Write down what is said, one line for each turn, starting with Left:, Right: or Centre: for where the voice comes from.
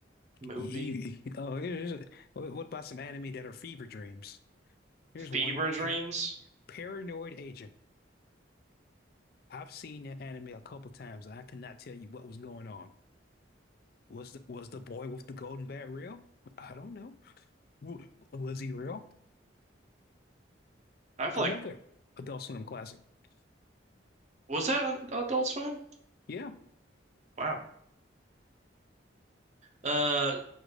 Right: movie
Left: You, oh, here's what what about some anime that are fever dreams? Here's
Right: Fever
Left: one,
Right: Dreams.
Left: pa Paranoid Agent. I've seen that anime a couple times. I cannot tell you what was going on. Was the was the boy with the golden bat real? I don't know. W was he real?
Right: I feel
Left: Another
Right: like
Left: Adult Swim classic. <laughs>
Right: was that on Adult Swim?
Left: Yeah.
Right: Wow. Uh,